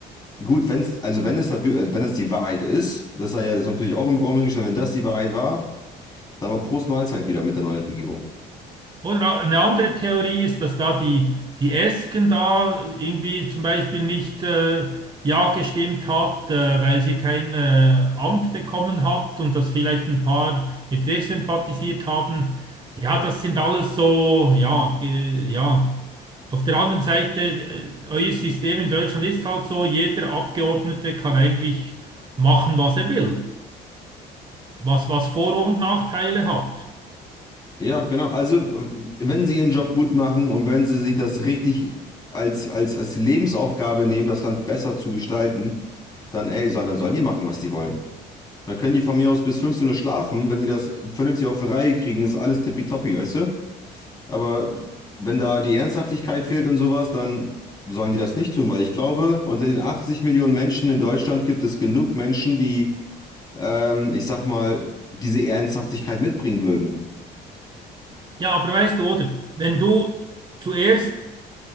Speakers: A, on the left; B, on the right.
A: gut, wenn es, also wenn es da, wir- also wenn das die Wahrheit ist, das sei ja das natürlich auch im Raum gestellt, wenn das die Wahrheit war, dann mal Prost Mahlzeit wieder mit der neuen Regierung.
B: Oder eine andere Theorie ist, dass da die, die Esken da irgendwie zum Beispiel nicht äh, ja gestimmt hat, äh, weil sie kein äh, Amt bekommen hat und dass vielleicht ein paar mit der sympathisiert haben. Ja, das sind alles so, ja, ge, ja. Auf der anderen Seite, äh, euer System in Deutschland ist halt so, jeder Abgeordnete kann eigentlich machen, was er will, was, was Vor- und Nachteile hat.
A: Ja, genau. Also, äh, wenn sie ihren Job gut machen und wenn sie sich das richtig als, als, als Lebensaufgabe nehmen, das Land besser zu gestalten, dann, ey, soll, dann sollen die machen, was die wollen. Dann können die von mir aus bis 15 Uhr schlafen. Wenn die das vernünftig auf die Reihe kriegen, ist alles tippitoppi, weißt du? Aber wenn da die Ernsthaftigkeit fehlt und sowas, dann sollen die das nicht tun, weil ich glaube, unter den 80 Millionen Menschen in Deutschland gibt es genug Menschen, die, ähm, ich sag mal, diese Ernsthaftigkeit mitbringen würden.
B: Ja, aber weißt du, oder? Wenn du zuerst